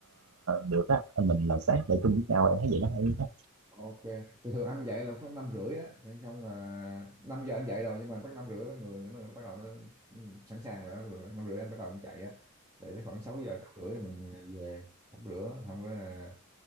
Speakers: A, on the right (about 75°); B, on the right (about 15°).
A: được á anh mình là sáng dậy chung với nhau em thấy vậy nó hay á
B: Ok, thường thường anh dậy là khoảng năm rưỡi á, thế xong là 5 giờ anh dậy rồi nhưng mà bắt năm rưỡi là người nó, nó bắt đầu nó ừ, sẵn sàng rồi, đó. rồi năm rưỡi anh bắt đầu anh chạy á, chạy tới khoảng 6 giờ 6 rưỡi thì mình à, về tắm rửa, xong cái là